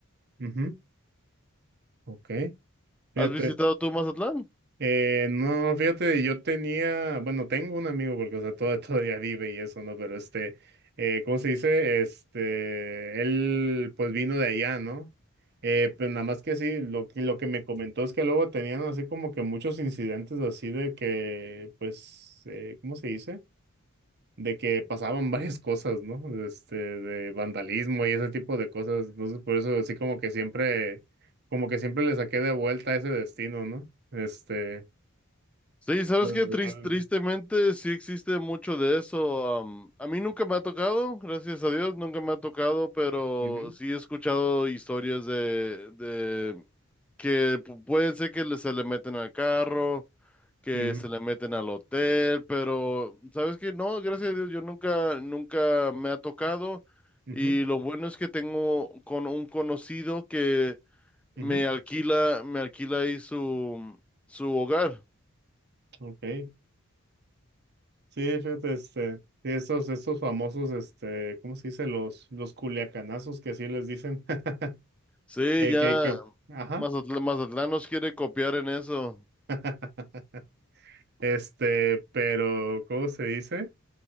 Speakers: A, on the right; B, in the centre.
A: ujú, Ok. Fíjate.
B: ¿Has visitado tú Mazatlán?
A: Eh, no, fíjate, yo tenía, bueno, tengo un amigo porque, o sea, todo, <laughs> todavía vive y eso, ¿no? Pero este, eh, ¿cómo se dice? Este, él pues vino de allá, ¿no? Eh, pero nada más que sí, lo, que- lo que me comentó es que luego tenían así como que muchos incidentes así de que, pues, eh, ¿cómo se dice? De que pasaban <laughs> varias cosas, ¿no? Este, de vandalismo y ese tipo de cosas. Entonces, por eso así como que siempre, como que siempre le saqué de vuelta ese destino, ¿no? Este.
B: Sí, sabes
A: La-
B: que
A: la-
B: tristemente sí existe mucho de eso. am, a mí nunca me ha tocado, gracias a Dios, nunca me ha tocado, pero
A: Ujú,
B: sí he escuchado historias de, de que pu- pueden ser que le- se le meten al carro que
A: ujú,
B: se le meten al hotel, pero sabes que no, gracias a Dios, yo nunca, nunca me ha tocado.
A: ujú,
B: Y lo bueno es que tengo con un conocido que
A: ujú.
B: me alquila, me alquila ahí su, su hogar.
A: Ok. Sí, fíjate, este, sí, estos, estos famosos, este, ¿cómo se dice? Los, los culiacanazos que así les dicen. <laughs>
B: Sí,
A: Que,
B: ya
A: que, que, ajá.
B: Mazatl- Mazatlán, nos quiere copiar en eso.
A: <laughs> Este, pero, ¿cómo se dice?